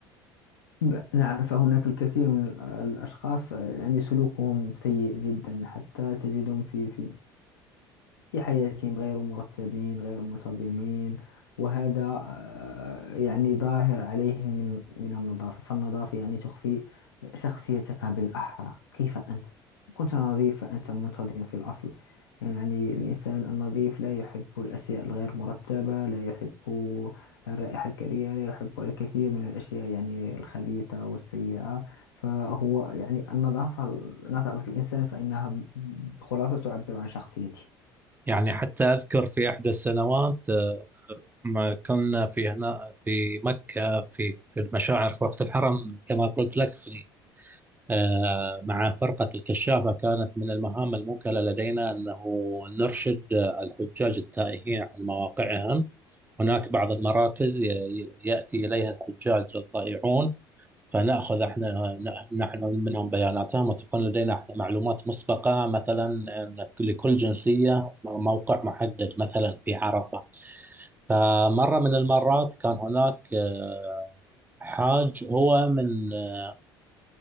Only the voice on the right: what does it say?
يعني حتى أذكر في إحدى السنوات آه، ما كنا في هنا في مكة في في المشاعر في وقت الحرم كما قلت لك في آه، مع فرقة الكشافة كانت من المهام الموكلة لدينا أنه نرشد آه، الحجاج التائهين عن مواقعهم هناك بعض المراكز ي- ي- يأتي إليها الحجاج الضائعون فنأخذ احنا ن- نحن منهم بياناتهم وتكون لدينا احنا معلومات مسبقة مثلا أن لكل جنسية موقع محدد مثلا في عرفة فمرة من المرات كان هناك آه، حاج هو من آه،